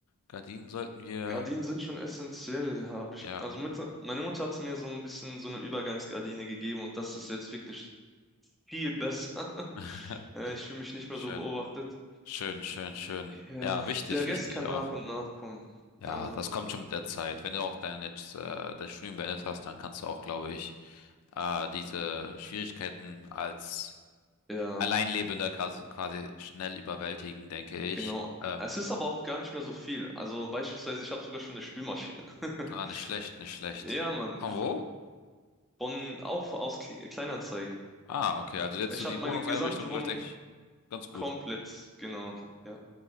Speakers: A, on the left; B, in the centre.
A: Gardinen sollten wir.
B: Gardinen sind schon essentiell, habe ich.
A: Ja.
B: Also mit, meine Mutter hat mir so ein bisschen so eine Übergangsgardine gegeben und das ist jetzt wirklich viel besser. <laughs>
A: <laughs>
B: Äh, Ich fühle mich nicht
A: Schön.
B: mehr so beobachtet.
A: Schön, schön, schön.
B: Ja,
A: Ja, wichtig,
B: der
A: wichtig
B: Rest kann
A: auch.
B: nach und nach kommen.
A: Ja,
B: Also,
A: das kommt schon mit der Zeit. Wenn du auch dein, jetzt, äh, dein Studium beendet hast, dann kannst du auch, glaube ich, äh, diese Schwierigkeiten als
B: ja,
A: Alleinlebender gas- quasi schnell überwältigen, denke ich.
B: genau.
A: Äh,
B: Es ist aber auch gar nicht mehr so viel. Also beispielsweise, ich habe sogar schon eine Spülmaschine. <laughs>
A: na, nicht schlecht, nicht schlecht.
B: Ja, Mann.
A: Von wo?
B: Von, auch aus Kle- Kleinanzeigen.
A: Ah, okay, also jetzt
B: Ich
A: so die
B: habe meine
A: Wohnungseinrichtung
B: gesamte Wohnung
A: läuft eigentlich ganz gut.
B: komplett, genau, ja.